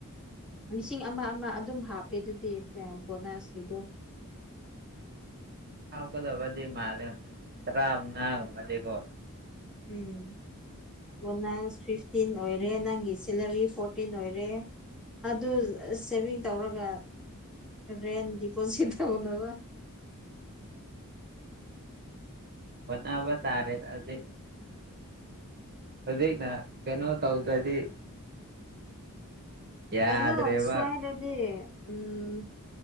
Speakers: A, in the centre; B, on the right.
A: ꯂꯤꯁꯤꯡ ꯑꯃ ꯑꯃ ꯑꯗꯨꯝ ꯍꯥꯞꯄꯤꯗꯨꯗꯤ ꯕꯣꯅꯁꯀꯤꯗꯣ
B: ꯍꯥꯞꯀꯗꯕꯗꯤ ꯃꯥꯜꯂꯦ ꯇꯔꯥꯃꯉꯥ ꯒꯨꯝꯕꯗꯤ ꯀꯣ ꯫
A: ꯎꯝ ꯕꯣꯅꯥꯁ ꯐꯤꯐ ꯇꯤꯟ ꯑꯣꯏꯔꯦ ꯅꯪꯒꯤ ꯁꯦꯂꯔꯤ ꯐꯣꯔꯇꯤꯟ ꯑꯣꯏꯔꯦ ꯑꯗꯨ ꯁꯦꯚꯤꯡ ꯇꯧꯔꯒ ꯔꯦꯟ ꯗꯤꯄꯣꯖꯤꯠ ꯇꯧꯅꯕ
B: ꯍꯣꯠꯅꯕ ꯇꯥꯔꯦ ꯑꯗꯨꯗꯤ ꯍꯨꯖꯤꯛꯅ ꯀꯩꯅꯣ ꯇꯧꯗꯗꯤ ꯌꯥꯗ꯭ꯔꯦꯕ
A: ꯀꯩꯅꯣ ꯁ꯭ꯋꯥꯏꯗꯗꯤ ꯎꯝ